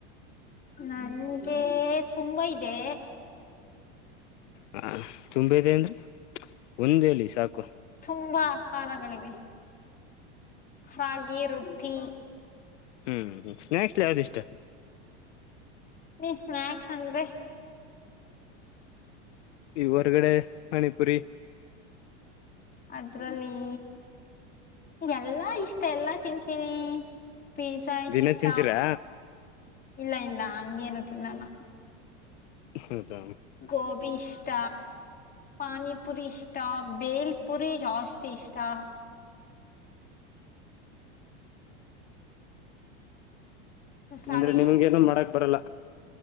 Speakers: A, on the left; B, on the left.
A: ನನ್ಗೆ ತುಂಬಾ ಇದೆ
B: ಹ ತುಂಬ ಇದೆ ಅಂದ್ರೆ ಒಂದು ಹೇಳಿ ಸಾಕು
A: ತುಂಬಾ ಆಹಾರಗಳಿವೆ ರಾಗಿ ರೊಟ್ಟಿ
B: ಹ್ಮ್ ಸ್ನಾಕ್ಸ್ ಯಾವ್ದ ಇಷ್ಟ
A: ಸ್ನಾಕ್ಸ್ ಅಂದ್ರೆ
B: ಈ ಹೊರಗಡೆ ಪಾನಿಪುರಿ
A: ಅದ್ರಲ್ಲಿ ಎಲ್ಲಾ ಇಷ್ಟ ಎಲ್ಲಾ ತಿಂತೀನಿ ಪಿಜ್ಜಾ ಇಷ್ಟ
B: ದಿನ ತಿಂತೀರಾ
A: ಇಲ್ಲ ಇಲ್ಲ ಹಂಗೇನು ತಿನ್ನಲ್ಲ
B: ಹೌದ
A: ಗೋಬಿ ಇಷ್ಟ ಪಾನಿಪುರಿ ಇಷ್ಟ ಬೆಲ್ ಪುರಿ ಜಾಸ್ತಿ ಇಷ್ಟಾ ಸಾರಿ
B: ಅಂದ್ರೆ ನಿಮ್ಗೆ ಏನು ಮಾಡಕ್ ಬರಲ್ಲ